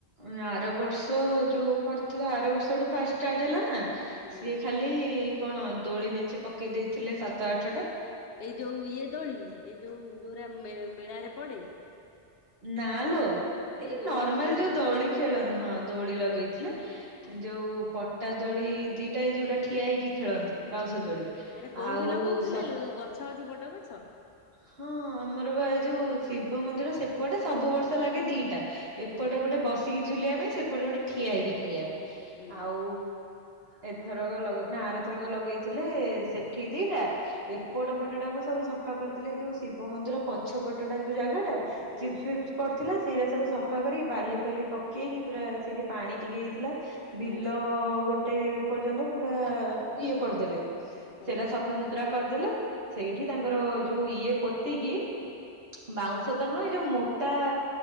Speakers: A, on the right (about 60°); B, on the left (about 65°).
A: ଉଁ- ଆର ବର୍ଷ ଯଉ କରିଥିଲା ଆର ବର୍ଷ ଠୁ ଫାଷ୍ଟ୍ ଷ୍ଟାର୍ଟ ହେଲା ନା
B: ହୁଁ
A: ସିଏ ଖାଲି ଖାଲି କଣ ଦୋଳି ମେଞ୍ଚେ ପକେଇ ଦେଇଥିଲେ ସାତ ଆଠ ଟା
B: ଏଇ ଯଉ ଇଏ ଦୋଳି ଏଇ ଯଉ -ଯଉରା ମେ- ମେଳାରେ ପଡେ?
A: ନା ଲୋ। ଏଇ
B: ଦୋଳି
A: ନର୍ମାଲ୍
B: ଲଗେଇ
A: ଯଉ
B: ଦେଇଥିଲେ
A: ଦୋଳି ଖେଳନ୍ତି ହଁ ଦୋଳି ଲଗେଇଥିଲେ
B: ହୁଁ
A: ଯଉ ପ ପଟା ଦୋଳି ଦିଇଟା ଏଇ ଯଉଟା ଠିଆ ହେଇକି ଖେଳନ୍ତି।
B: ହୁଁ-
A: ବାଉଁଶ
B: ହୁଁ
A: ଦୋଳି
B: ଏରା କୋଉଠି
A: ଆଉ
B: ଲଗଉଥିଲେ
A: ସବୁ
B: ଲୋ ଗଛ ଅଛି ବଡ ଗଛ?
A: ହଁ ଆମର ବା ଏ ଯଉ ଶିବ ମନ୍ଦିର ସେପଟେ ସବୁ ବର୍ଷ ଲାଗେ ଦିଟା। ଏପଟେ
B: ହଁ
A: ଗୋଟେ ବସିକି ଝୁଲିବା ପାଇଁ ସେପଟେ ଗୋଟେ ଠିଆ ହେଇକି ଖେଳିବା ପାଇଁ।
B: ହୁଁ
A: ଆଉ ଏଥରକ ଲଗ- ନା ଆର ଥରକ ଲଗେଇଥିଲେ ସେ ଠି ଦିଟା
B: ହୁଁ
A: ଏପଟ ପଟଟାକୁ ସବୁ ସଫା କରିଥିଲେ ଏଇ ଯଉ ଶିବ ମନ୍ଦିର ପଛ ପଟଟା ଯଉ ଜାଗାଟା
B: ହୁଁ
A: ଚିପ୍ସ ଫିପ୍ସ ପଡିଥିଲା ସେଇରା ସବୁ ସଫା କରିକି ବାଲି ଫାଲି ପକେଇକି ପୁରା ସେଇଠି ପାଣି ଟିକେ ହେଇଥିଲା ବିଲ
B: ହଁ
A: ଗୋଟେ ପର୍ଯ୍ୟନ୍ତ ପୁରା ଇଏ କରିଦେଲେ
B: ହଁ
A: ସେଟା ସଫା ଶୁତ୍ ଶୁତ୍ରା କରିଦେଲେ ସେଇଠି ତାଙ୍କର ଯଉ ଇଏ ପୋତିକିି ବାଉଁଶ ତ ନୁହେଁ ଯଉ ମୋଟା